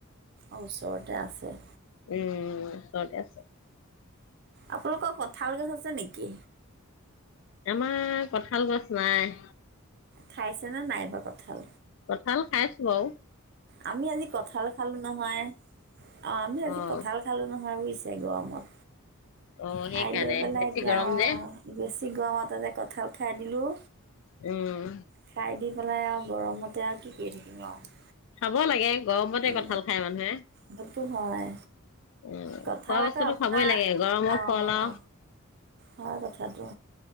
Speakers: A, on the right; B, on the left.
A: অ' ওচৰতে আছে।
B: উম' ওচৰতে আছে।
A: আপোনালোকৰ কঁঠাল গছ আছে নেকি?
B: আমাৰ কঠাল গছ নাই।
A: খাইছে নে নাই এইবাৰ কঁঠাল।
B: কঁঠাল খাইছো আও।
A: আমি আজি কঁঠাল খালো নহয়, আ আমি আজি
B: অ',
A: কঁঠাল খালো নহয় বুইছে। এ গৰমত।
B: অ',
A: খাই
B: সেইকাৰণে
A: লৈ পেলাই
B: বেছি
A: এতিয়া
B: গৰম
A: অ,
B: যে।
A: বেছি গৰমতে যে কঁঠাল খাই। দিলোঁ।
B: উম।
A: খাই দি পেলাই আৰু গৰমতে আৰু কি কৰি থাকিম আৰু।
B: খাব লাগে। গৰমতে
A: উম
B: কঁঠাল খায় মানুহে,
A: সেইটো হয়
B: অ খোৱা
A: কঁঠাল আকৌ
B: বস্তুটো
A: আপোনাৰ
B: খাবই লাগে গৰমৰ
A: অঁ
B: ফল আও।
A: হয় কথাটো,